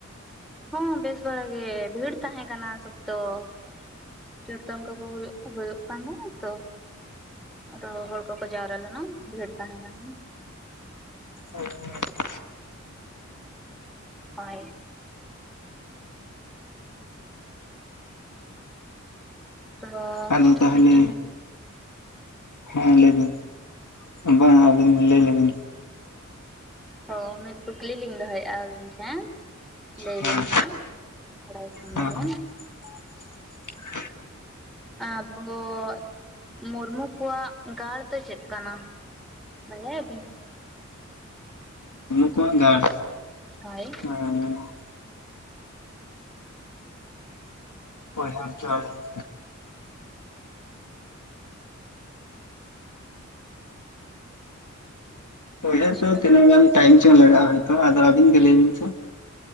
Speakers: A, in the centre; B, on the left.
A: ᱦᱚᱸ ᱵᱮᱥ ᱵᱟᱲᱟ ᱜᱮ ᱵᱷᱤᱲ ᱛᱟᱦᱮᱸ ᱠᱟᱱᱟ ᱥᱚᱠᱛᱚ ᱾ ᱠᱤᱨᱛᱚᱱ ᱠᱚ ᱠᱚ ᱦᱩᱭᱩᱜ ᱦᱩᱭᱩᱜ ᱠᱟᱱᱟ ᱛᱚ ᱟᱨ ᱦᱚᱲ ᱠᱚᱠᱚ ᱡᱟᱣᱨᱟ ᱞᱮᱱᱟ ᱵᱷᱤᱲ ᱛᱟᱦᱮᱸ ᱠᱟᱱᱟ ᱾
B: ᱦᱮᱸ ᱾
A: ᱦᱳᱭ ᱛᱚ
B: ᱟᱫᱚ ᱛᱟᱦᱚᱞᱮ
A: ᱢᱤᱫᱴᱟᱝ
B: ᱦᱮᱸ ᱞᱟᱹᱭ ᱵᱤᱱ ᱵᱟᱝ ᱟᱹᱵᱤᱱ ᱞᱟᱹᱭ ᱞᱮᱵᱤᱱ
A: ᱚ ᱢᱤᱫ ᱠᱩᱠᱞᱤ ᱞᱤᱧ ᱫᱚᱦᱚᱭᱮᱫᱼᱟ ᱟᱹᱵᱤᱱ ᱴᱷᱮᱱ ᱞᱟᱹᱭ
B: ᱦᱮᱸ
A: ᱵᱤᱱ ᱦᱟᱸᱜ ᱵᱟᱲᱟᱭ ᱠᱷᱟᱱ
B: ᱦᱮᱸ
A: ᱫᱚᱵᱮᱱ
B: <unintelligible>
A: ᱟᱵᱚ <unintelligible> ᱢᱩᱨᱢᱩ ᱠᱚᱣᱟᱜ ᱜᱟᱲ ᱫᱚ ᱪᱮᱫ ᱠᱟᱱᱟ ᱵᱟᱲᱟᱭᱟᱵᱤᱱ?
B: ᱟᱠᱚᱣᱟᱜ ᱜᱟᱲ
A: ᱦᱚᱭ
B: ᱟᱨ <unintelligible> <unintelligible> ᱩᱭᱦᱟᱹᱨ
A: ᱥᱮ
B: ᱫᱚ
A: ᱵᱟᱵᱤᱱ
B: ᱛᱤᱱᱟᱹᱜ ᱜᱟᱱ ᱴᱟᱭᱤᱢ ᱪᱚᱝ ᱞᱟᱜᱟᱜᱼᱟ ᱟᱵᱤᱱ ᱜᱮ ᱞᱟᱹᱭ ᱵᱤᱱ ᱛᱚ